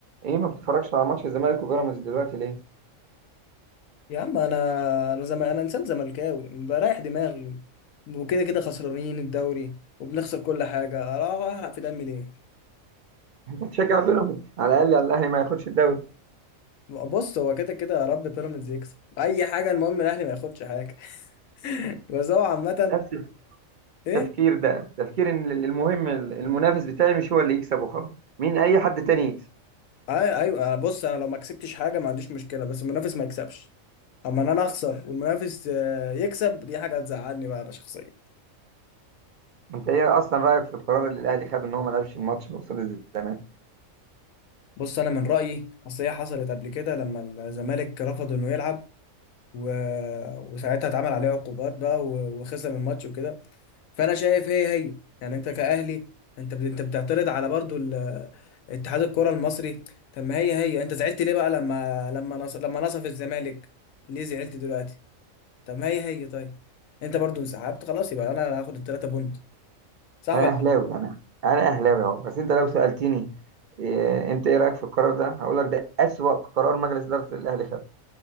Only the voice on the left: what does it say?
يا عم انا انا زم... انا انسان زملكاوي بريح دماغي وكده كده خسرانين الدوري وبنخسر كل حاجه اروح احرق في دمي ليه
بص هو كده كده يا رب بيراميدز يكسب اي حاجه المهم الاهلي ما ياخدش حاجه <laughs> بس هو عامه
ايه
أي- ايوه بص انا لو ما كسبتش حاجه ما عنديش مشكله بس المنافس ما يكسبش اما ان انا اخسر والمنافس آه، يكسب دي حاجه هتزعلني بقى انا شخصيا
بص انا من رايي اصل هي حصلت قبل كده لما الزمالك رفض انه يلعب و... وساعتها اتعمل عليه عقوبات بقى و... وخسر الماتش وكده فانا شايف هي هي يعني انت كأهلي انت بت... انت بتعترض على برضو ال... اتحاد الكرة المصري طب ما هي هي انت زعلت ليه بقى لما لما نص... لما نصف الزمالك ليه زعلت دلوقتي طب ما هي هي طيب انت برضو انسحبت خلاص يبقى انا هاخد التلاتة بونت صح
ولا
لأ؟